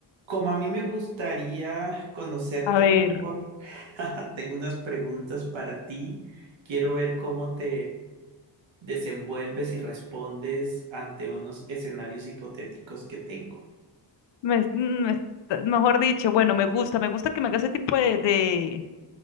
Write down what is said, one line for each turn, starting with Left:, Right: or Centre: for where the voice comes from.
Right: Como a mí me gustaría conocerte
Left: A ver,
Right: mejor, <laughs> tengo unas preguntas para ti. Quiero ver cómo te desenvuelves y respondes ante unos escenarios hipotéticos que tengo.
Left: me- me está- mejor dicho, bueno, me gusta, me gusta que me haga ese tipo de, de,